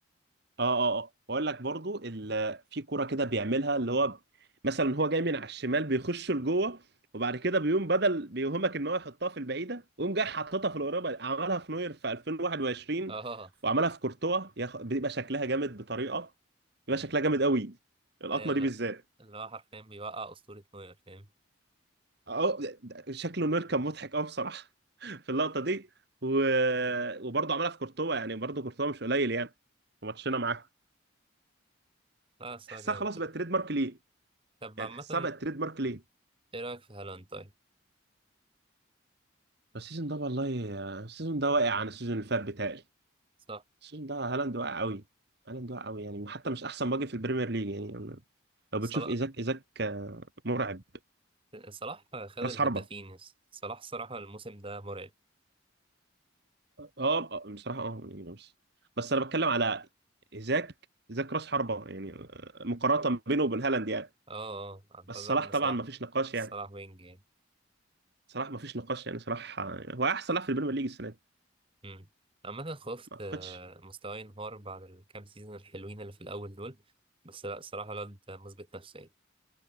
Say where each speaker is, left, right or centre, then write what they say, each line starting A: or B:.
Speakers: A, on the right; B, on the right.
A: اه اه اه واقول لك برضو ال... في كوره كده بيعملها اللي هو مثلا هو جاي من على الشمال بيخش لجوه وبعد كده بيقوم بدل بيوهمك ان هو يحطها في البعيده ويقوم جاي حاططها في القريبه عملها في نوير في 2021
B: اه
A: وعملها في كورتوا ياخ... بيبقى شكلها جامد بطريقه بيبقى
B: مم.
A: شكلها جامد قوي القطمه
B: هي اللي
A: دي بالذات
B: اللي هو حرفيا بيوقع أسطورة نوير فاهم
A: اه ده- شكله نور كان مضحك قوي بصراحه <laughs> في اللقطه دي و... وبرضه عملها في كورتوا يعني برضه كورتوا مش قليل يعني في ماتشنا معاه
B: لا الصراحة
A: تحسها
B: جامد
A: خلاص
B: ده.
A: بقت تريد مارك ليه
B: طب
A: يعني
B: عامة
A: تحسها بقت تريد مارك ليه
B: ايه رأيك في هالاند طيب؟
A: بس السيزون ده والله آه، السيزون ده واقع عن السيزون اللي فات بتاعي
B: صح
A: السيزون ده هالاند واقع قوي هالاند واقع قوي يعني حتى مش احسن باجي في البريمير ليج يعني لو
B: صلاح
A: بتشوف ايزاك ايزاك آه، مرعب
B: صلاح خد الهدافين
A: راس حربة
B: صلاح الصراحة الموسم ده مرعب
A: اه بصراحه اه يعني نفس بس انا بتكلم على ايزاك ايزاك راس حربه يعني آه، مقارنه بينه وبين هالاند يعني
B: اه اه أنا
A: بس
B: قصدك
A: صلاح
B: ان
A: طبعا
B: صلاح
A: ما فيش نقاش
B: صلاح
A: يعني
B: وينج يعني
A: صلاح ما فيش نقاش يعني صلاح آه، هو احسن لاعب في البريمير ليج السنه دي
B: أمم. عامة خفت
A: ما اعتقدش
B: آه، مستواه ينهار بعد الكام سيزون الحلوين اللي في الأول دول بس لا الصراحة الواد مثبت نفسه يعني